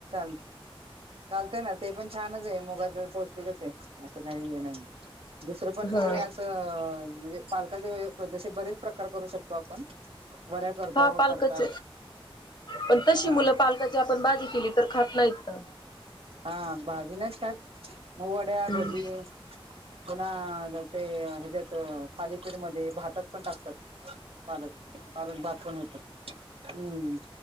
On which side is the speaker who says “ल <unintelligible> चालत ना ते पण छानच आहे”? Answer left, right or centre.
Right